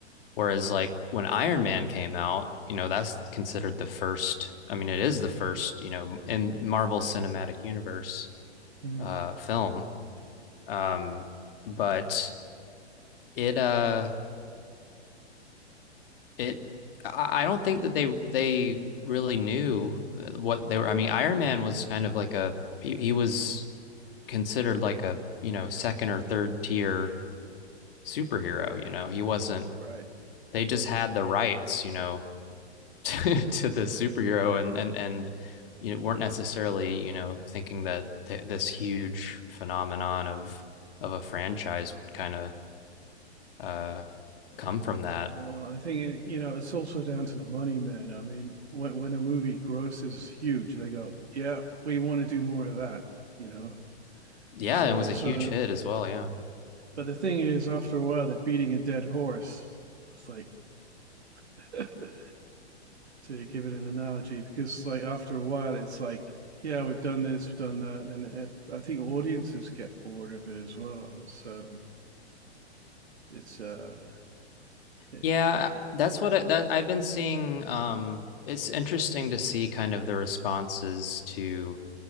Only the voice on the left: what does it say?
Whereas like when Iron Man came out, you know, that's considered the first, I mean, it is the first, you know, in Marvel Cinematic Universe
uh film. Um, but it uh it I don't think that they they really knew what they were. I mean, Iron Man was kind of like a he, he was considered like a you know second or third tier superhero. You know, he wasn't
they just had the rights, you know, <laughs> to, to the superhero
and and and you know weren't necessarily you know thinking that th- this huge phenomenon of of a franchise would kind of uh come from that.
Yeah,
it was a
huge hit as well. Yeah,
yeah, that's what I, that I've been seeing. Um, it's interesting to see kind of the responses to